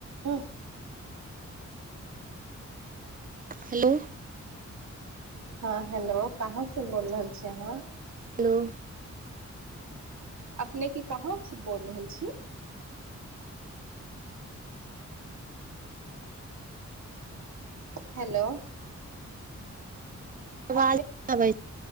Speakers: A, on the right; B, on the right.
A: हँ
B: हेलो
A: हँ हेलो कहाँ से बोल रहल छी अहाँ
B: हेलो
A: अपनेके कहाँ से बोल रहल छी हेलो
B: आवाज
A: अपने
B: आबै छै